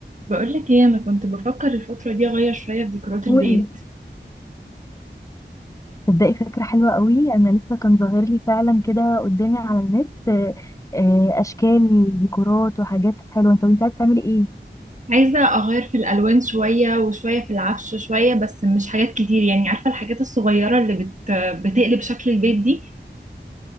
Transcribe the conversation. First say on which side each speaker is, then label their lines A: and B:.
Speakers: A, on the right; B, on the left.
A: بقولك ايه انا كنت بفكر الفترة دي اغير شوية في ديكورات
B: قولي
A: البيت
B: تبدأي فكرة حلوة قوي أنا لسه كان ظاهر لي فعلا كده قدامي على النت آه، آه، أشكال ديكورات وحاجات حلوة طب أنت عايزة تعملي إيه؟
A: عايزة اغير في الالوان شوية وشوية في العفش شوية بس مش حاجات كتير يعني عارفة الحاجات الصغيرة اللي بت... بتقلب شكل البيت دي